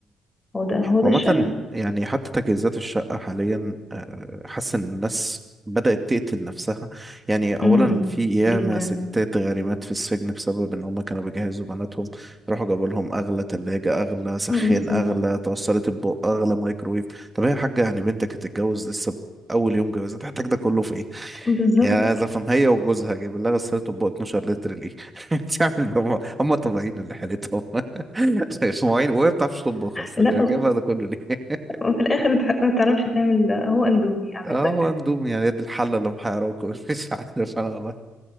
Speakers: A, on the left; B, on the right.
A: هو ده هو
B: عامة
A: ده الشرع
B: يعني حتى تجهيزات الشقة حاليا آه، حاسس إن الناس بدأت تقتل نفسها يعني أولا
A: امم
B: في ياما
A: جدا
B: ستات غارمات في السجن بسبب إن هما كانوا بيجهزوا بناتهم راحوا جابوا لهم أغلى تلاجة أغلى سخان
A: مم، بالظبط
B: أغلى توصلت أطباق أغلى مايكرويف طب هي يا حاجة يعني بنتك هتتجوز لسه أول يوم جوازها تحتاج ده كله في إيه؟
A: بالظبط
B: هي عايز افهم هي وجوزها جايب لها غسالة اطباق 12 لتر ليه؟ <laughs> بتعمل هم هم طبيعيين اللي حالتهم <laughs> مش مواعين وهي ما بتعرفش تطبخ اصلا
A: لا
B: هي جايبها ده كله ليه؟ <laughs>
A: وفي الاخر انت ما تعرفش تعمل هو اندومي اعمل
B: اه
A: لك
B: هو اندومي يعني يد الحلة اللي محيراكم <laughs> مش عارف انا والله